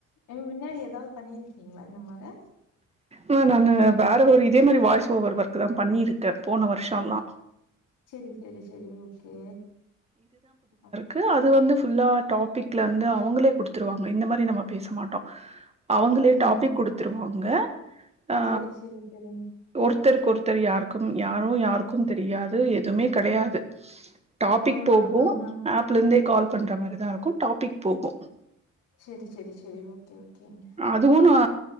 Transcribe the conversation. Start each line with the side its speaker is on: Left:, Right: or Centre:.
Left: நீங் முன்னாடி ஏதாவது பண்ணிருக்கீங்ளா இந்த மாரி
Right: மா நானு வேற ஒரு இதே மாரி வாய்ஸ் ஓவர் ஒர்க்தா பண்ணிருக்கே, போன வருஷோலா
Left: செரி, செரி, செரி, ஓகே ஆ.
Right: து அது வந்து ஃபுல்லா டாபிக்ல இருந்து அவங்களே குடுத்துருவாங்க, இந்த மாரி நம்ம பேச மாட்டோம். அவுங்களே டாபிக்
Left: ம்
Right: குடுத்துருவாங்க, ஆ.
Left: செரி செரி செரிங்
Right: ஒருத்தருக் கொருத்தர் யாருக்கும் யாரோ யாருக்கும் தெரியாது எதுவுமே கடையாது. டாபிக்
Left: ஆஹா
Right: போகு
Left: ஆஹா
Right: ஆப்ல இருந்தே கால் பண்ற மாரிதா இருக்கு, டாபிக் போகு
Left: செரி, செரி, செரி, ஓகே ஓகேங்க.
Right: அதுவு நா